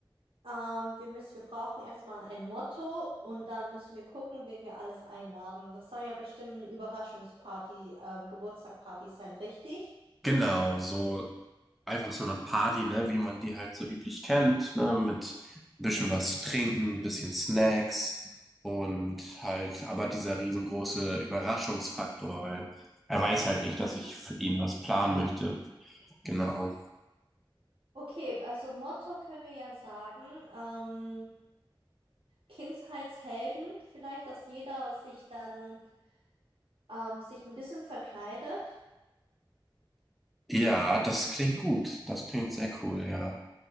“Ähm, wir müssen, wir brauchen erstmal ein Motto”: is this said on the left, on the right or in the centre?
Right